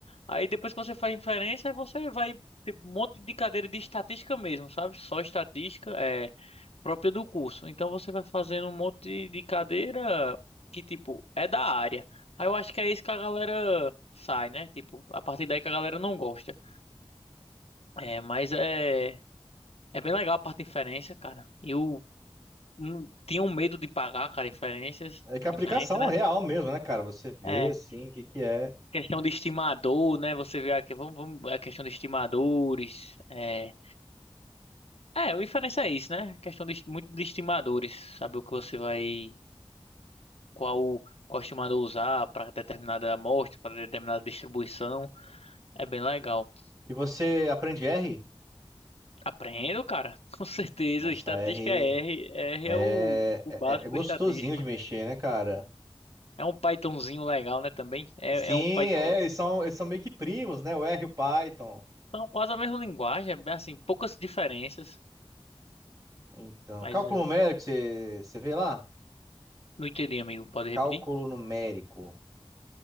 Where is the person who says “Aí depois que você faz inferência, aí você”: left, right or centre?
Left